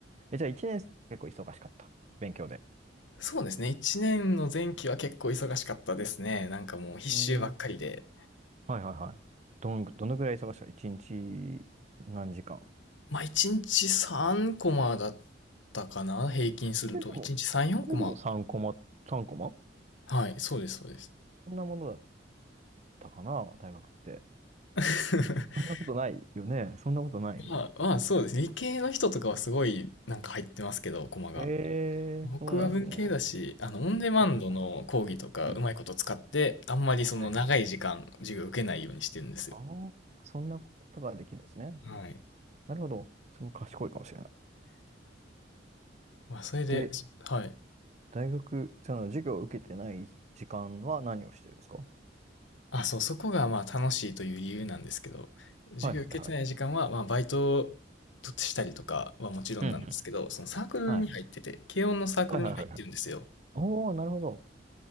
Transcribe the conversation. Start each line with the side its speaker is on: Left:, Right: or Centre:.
Right: え、じゃあ1年生結構忙しかった。勉強で。
Left: そうですね。1年の前期は結構忙しかったですね。なんかもう必修ばっかりで。
Right: うん。はいはいはい。どの、どのぐらい忙しかった ?1 日何時間
Left: まあ、1日3コマだったかな、平均すると。
Right: それでも、
Left: 1日3、4コマ。
Right: それでも3コマ、3コマ
Left: はい、そうです、そうです。
Right: そんなものだったかな、大学って。
Left: <laughs>
Right: そんなことないよね。そんなことないよ。
Left: まあ、まあ、そうですね。理系の人とかはすごいなんか入ってますけど、コマが。
Right: へえー、
Left: 僕は文系だし、
Right: そうなんですね。
Left: あの、オンデマンドの講義とかうまいこと使って、
Right: はいはいはい。うん
Left: あんまりその長い時間、
Right: はいはいはい。
Left: 授業受けないようにしてるんですよ。
Right: ああ、そんなことができるんですね。
Left: はい。
Right: なるほど。その賢いかもしれない。
Left: まあ、それで、
Right: で、
Left: はい。
Right: 大学、その授業を受けてない時間は何をしてるんですか
Left: あ、そう、そこがまあ楽しいという理由なんですけど、授業受けてない時間は、
Right: はいはいはい。
Left: まあバイトとしたりとかはもちろんなんですけど、
Right: うんうん。
Left: そのサークルに入ってて、
Right: はい。
Left: 軽音のサークルに入ってるんですよ。
Right: はいはいはいはい。おー、なるほど。